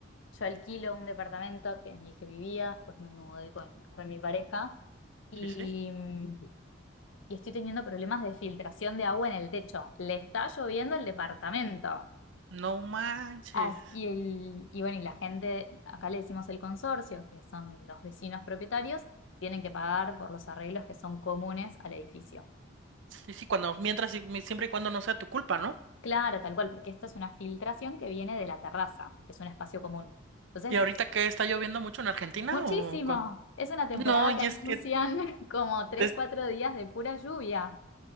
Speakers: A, on the left; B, on the right.
A: yo alquilo un departamento que, en el que vivía, después me mudé con, con mi pareja y,
B: sí, sí.
A: mm, y estoy teniendo problemas de filtración de agua en el techo. Le está lloviendo el departamento.
B: No manches.
A: As- y, el, y bueno, y la gente, acá le decimos el consorcio, que son los vecinos propietarios, tienen que pagar por los arreglos que son comunes al edificio.
B: Sí, sí, cuando, mientras, y mi- siempre y cuando no sea tu culpa, ¿no?
A: Claro, tal cual, porque esta es una filtración que viene de la terraza, que es un espacio común. Entonces,
B: Y ahorita que está lloviendo mucho en Argentina
A: muchísimo.
B: o cómo?
A: Es una temporada
B: No, y
A: que anuncian
B: es que,
A: <laughs> como tres,
B: es-
A: cuatro días de pura lluvia.